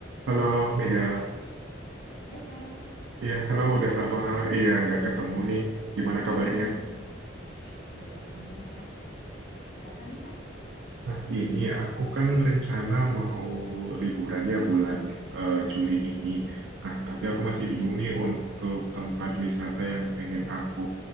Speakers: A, on the right (about 80°); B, on the left (about 50°).
A: Halo Mega,
B: Hai Kak,
A: iya halo
B: gimana?
A: udah lama iya nggak ketemu nih, gimana
B: <laughs>
A: kabarnya?
B: Iya baik nih Kak. Ada apa nih Kak?
A: Nah ini aku kan rencana mau liburan ya bulan eh, Juli ini, nah tapi aku masih
B: Mm-mm.
A: bingung nih untuk tempat wisata yang pengen aku